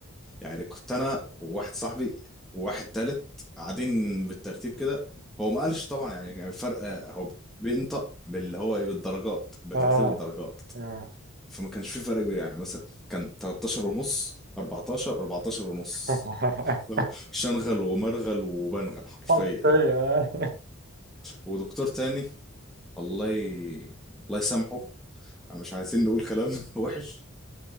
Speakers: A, in the centre; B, on the right (about 50°).
A: يعني كنت انا وواحد صاحبي وواحد تالت قاعدين بالترتيب كده هو ما قالش طبعا يعني كان الفرق آه، هو بينطق باللي هو إيه، بالدرجات بترتيب
B: اه
A: الدرجات
B: اه
A: فما كانش في فرق كبير يعني مثلا كان 13 ونص 14 14 ونص
B: <laughs>
A: اللي هو شنغل ومرغل وبنغل حرفيا
B: حرفيا
A: ودكتور تاني الله ي... الله يسامحه مش عايزين نقول كلام <laughs> وحش